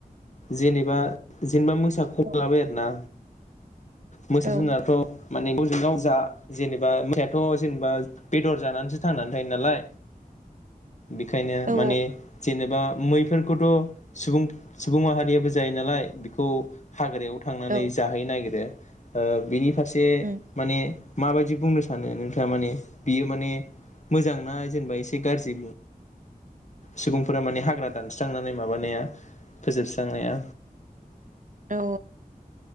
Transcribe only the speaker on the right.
औ
औ
औ
औ
उम
औ